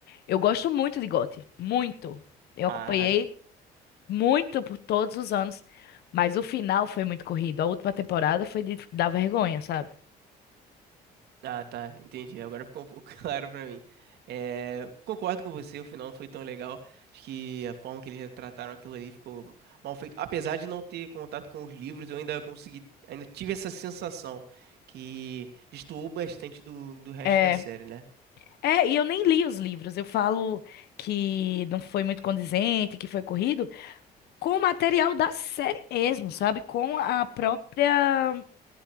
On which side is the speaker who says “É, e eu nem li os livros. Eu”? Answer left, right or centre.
Left